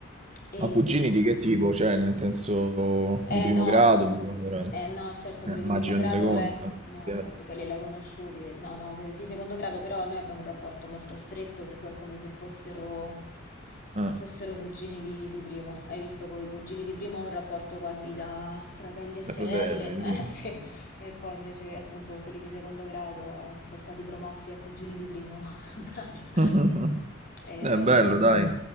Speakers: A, on the left; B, on the right.
A: e
B: Ma cugini di che tipo? Cioè, nel senso
A: eh
B: di primo
A: no,
B: grado, di secondo grado?
A: eh no, certo
B: Eh,
A: quelli
B: immagino
A: di primo grado,
B: di secondo,
A: l'hai-
B: eh,
A: no,
B: di terzo.
A: infatti quelli l'hai conosciuti, no, no, quelli di secondo grado però noi abbiamo un rapporto molto stretto per cui è come se fossero,
B: Ah,
A: fossero cugini di, di primo. Hai visto con i cugini di primo ho un rapporto quasi da fratelli e sorelle,
B: da fratelli,
A: <laughs> eh
B: sì.
A: sì, e poi invece appunto con quelli di secondo grado sono stati promossi a cugini di primo, <laughs> in pratica.
B: <laughs>
A: Eh,
B: È bello, dai.